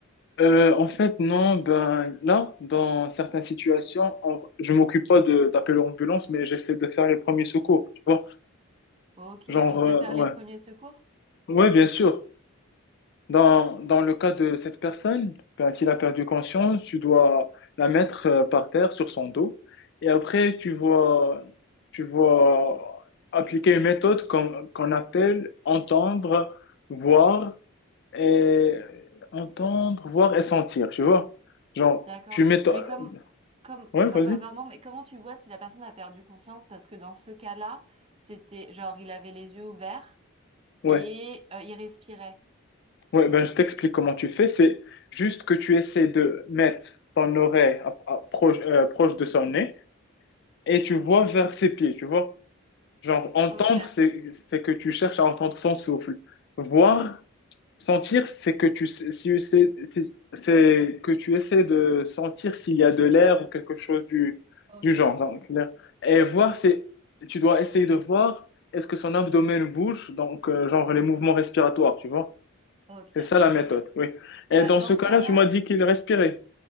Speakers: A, on the left; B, on the right.
A: Euh, en fait, non, ben là, dans certaines situations, on- je m'occupe pas de d'appeler l'ambulance, mais j'essaie de faire les premiers secours, tu vois.
B: Ok,
A: Genre,
B: tu sais
A: euh,
B: faire
A: ouais.
B: les premiers secours?
A: Ouais, bien sûr. Dans, dans le cas de cette personne, ben, s'il a perdu conscience, tu dois la mettre euh, par terre sur son dos. Et après, tu vois, tu vois appliquer une méthode qu'on qu'on appelle entendre, voir et entendre, voir et sentir, tu vois. Genre,
B: D'accord,
A: tu mets... ta-
B: mais comme comme
A: Ouais,
B: comme
A: vas-y.
B: euh, pardon, mais comment tu vois si la personne a perdu conscience parce que dans ce cas-là c'était genre il avait les yeux ouverts.
A: Ouais.
B: Et euh, il respirait.
A: Ouais, ben, je t'explique comment tu fais. C'est juste que tu essaies de mettre ton oreille à- à- proche, euh, proche de son nez et tu vois vers ses pieds, tu vois. Genre, entendre,
B: Ok,
A: c'est, c'est que tu cherches à entendre son souffle. Voir, sentir, c'est que tu, sais- si c'est c'est que tu essaies de sentir s'il y a de l'air ou quelque chose du,
B: ok,
A: du genre. Donc, là. et voir, c'est, tu dois essayer de voir est-ce que son abdomen bouge, donc, euh, genre, les mouvements respiratoires, tu vois.
B: ok,
A: C'est ça la
B: ok.
A: méthode, oui. Et
B: Bah,
A: dans
B: dans
A: ce
B: ce
A: cas-là,
B: cas-là,
A: tu m'as dit qu'il respirait.